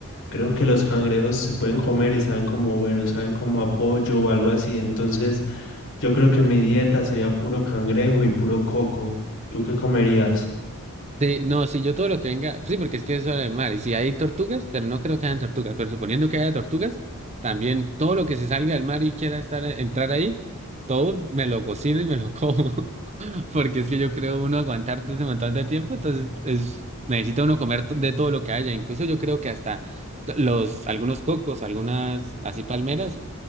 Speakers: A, on the left; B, on the right.
A: creo que los cangrejos se pueden comer y saben como bueno, saben como apoyo o algo así. Entonces, yo creo que mi dieta sería puro cangrejo y puro coco. ¿Tú qué comerías?
B: Sí, no, sí, yo todo lo que venga, sí, porque es que eso es el mar, y si hay tortugas, pero no creo que hayan tortugas, pero suponiendo que haya tortugas, también todo lo que se salga del mar y quiera estar, eh, entrar ahí, todo me lo cocino y me lo como, <laughs> porque es que yo creo uno aguantar todo ese montón de tiempo, entonces es, necesita uno comer to- de todo lo que haya, incluso yo creo que hasta t- los, algunos cocos, algunas así palmeras,